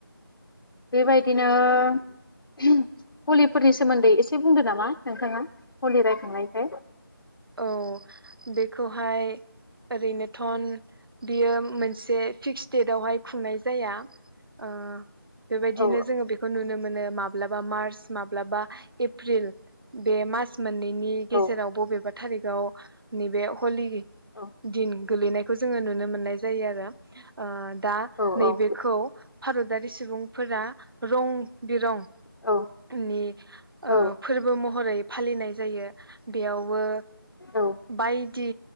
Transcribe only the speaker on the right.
औ बेखौहाय ओरैनोथन बियो मोनसे फिक्स डेटवहाय खुंनाय जाया । ओ बेबायदिनो
जोङो बेखौ नुनो मोनो माब्लाबा मार्स माब्लाबा एप्रिल बे मार्स मोननैनि गेजेराव
बबेबा <unintelligible> नैबे हलि <unintelligible>
दिन गोलैनायखौ जोङो नुनो मोननाय जायो आरो ओ दा
नैबेखौ
भारतारि सुबुंफोरा रं बिरं
नि ओ
फोरबो महरै फालिनाय जायो। बेयावबो
बायदि